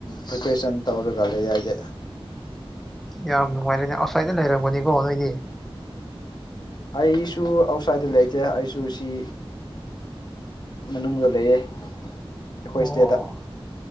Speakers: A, on the left; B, in the centre.
A: ꯄ꯭ꯔꯤꯄꯦꯔꯦꯁꯟ ꯇꯧꯔꯒ ꯂꯩꯌꯦ ꯑꯩꯗꯤ
B: ꯌꯥꯝ ꯅꯨꯡꯉꯥꯏꯔꯦꯅꯦ ꯑꯁ꯭ꯋꯥꯏꯗ ꯂꯩꯔꯝꯒꯅꯤꯀꯣ ꯅꯣꯏꯗꯤ
A: ꯑꯩꯁꯨ ꯑꯥꯎꯠꯁꯥꯏꯠꯇ ꯂꯩꯇꯦ ꯑꯩꯁꯨ ꯁꯤ ꯃꯅꯨꯡꯗ ꯂꯩꯌꯦ ꯑꯩꯈꯣꯏ
B: ꯑꯣ
A: ꯏꯁꯇꯦꯠꯇ